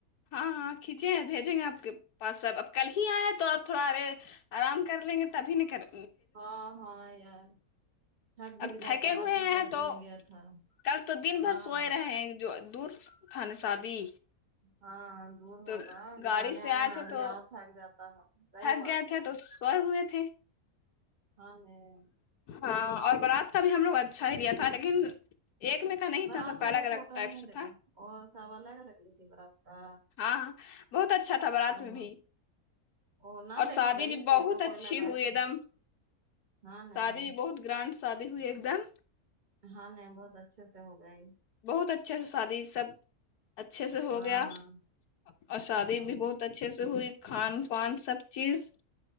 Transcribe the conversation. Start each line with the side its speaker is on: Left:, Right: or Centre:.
Left: ہاں ہاں کھینچے ہیں بھیجیں گے آپ کے بس سب اب کل ہی آئے ہیں تو آپ تھوڑا ارے آرام کر لیں گے تبھی نہیں کریں
Right: ہاں ہاں یار تھک بھی
Left: اب
Right: جاتا
Left: تھکے
Right: ہے
Left: ہوئے
Right: ادمی
Left: ہیں
Right: شادی
Left: تو
Right: میں گیا تھا
Left: کل تو دن بھر
Right: ہاں
Left: سوئے رہے ہیں جو دور تھا ن شادی
Right: ہاں دور
Left: تو
Right: ہوگا
Left: گاڑی
Right: جانے
Left: سے
Right: آنے
Left: آئے
Right: میں
Left: تھے
Right: آدمی
Left: تو
Right: اور تھک جاتا ہے صحیح
Left: تھک
Right: بات
Left: گئے تھے
Right: ہے
Left: تو سوئے ہوئے تھے
Right: ہاں نہیں
Left: ہاں اور بارات کا بھی ہم لوگ اچھا ہی لیا تھا لیکن ایک میں کا نہیں
Right: برات
Left: تھا سب کا
Right: والا
Left: الگ
Right: فوٹو
Left: الگ ٹائپ
Right: نہیں
Left: سے
Right: دیکھا
Left: تھا
Right: اور سب الگ لگ لی تھی برات کا
Left: ہاں ہاں بہت اچھا تھا بارات
Right: ہاں
Left: میں بھی
Right: او نہ
Left: اور
Right: دیکھا
Left: شادی
Right: بھائی
Left: بھی
Right: فوٹو
Left: بہت
Right: کوئی
Left: اچھی
Right: لگا
Left: ہوئی
Right: اس
Left: ایک
Right: نے
Left: دم
Right: ہاں نہیں
Left: شادی بہت گرانڈ شادی ہوئی ایک دم
Right: ہاں نہیں بہت اچھے سے ہہوگی
Left: بہت اچھے سے شادی سب اچھے سے ہو
Right: ہاں
Left: گیا اور شادی
Right: ہے نہیں
Left: بھی بہت اچھے سے ہوئی خان پان سب چیز